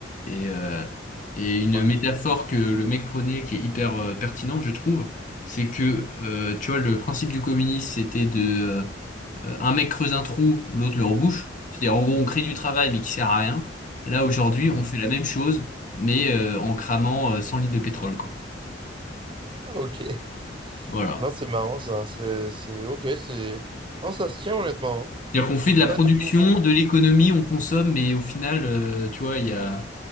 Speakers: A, on the left (about 45°); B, on the right (about 25°).
A: Et, euh, et une
B: Ouais.
A: métaphore que le mec prenait qui est hyper euh, pertinente, je trouve, c'est que, euh, tu vois, le principe du communisme, c'était de euh, un mec creuse un trou, l'autre le rebouche. C'est-à-dire, en gros, on crée du travail mais qui sert à rien. Là, aujourd'hui, on
B: ouais.
A: fait la même chose, mais euh, en cramant euh, 100 litres de pétrole, quoi.
B: Ah, Ok.
A: Voilà.
B: Non, c'est marrant, ça. C'est, c'est, ok, c'est... Non, ça se tient, honnêtement. hein.
A: C'est-à-dire qu'on fait
B: J'étais
A: de la
B: pas
A: production,
B: du tout au courant.
A: de l'économie,
B: Ouais.
A: on consomme, mais au final, euh, tu vois, il y a